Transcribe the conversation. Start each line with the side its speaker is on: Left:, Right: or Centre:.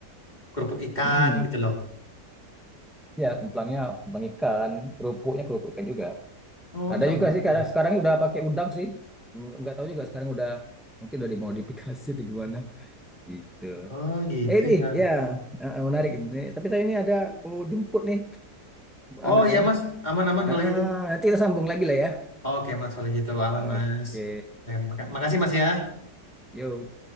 Left: kerupuk ikan
Centre: mm-mm.
Left: gitu loh.
Centre: ya kemplangnya kemplang ikan kerupuknya kerupuk ikan juga
Left: Oh
Centre: ada
Left: sama
Centre: juga
Left: gitu.
Centre: sih karena sekarang udah pakai udang sih nggak nggak tahu juga sekarang udah mungkin udah dimodifikasi atau gimana Gitu.
Left: Oh gitu
Centre: Eh ini
Left: ya.
Centre: ya eh, eh, menarik itu. Tapi saya ini ada mau jemput nih
Left: Oh
Centre: anak
Left: iya
Centre: nih.
Left: mas, aman-aman
Centre: Ah,
Left: kalau
Centre: ah,
Left: gitu.
Centre: nanti kita sambung lagi lah ya.
Left: Oke mas kalau gitu aman
Centre: Oke.
Left: mas. Ya, maka- makasih mas ya.
Centre: Yo.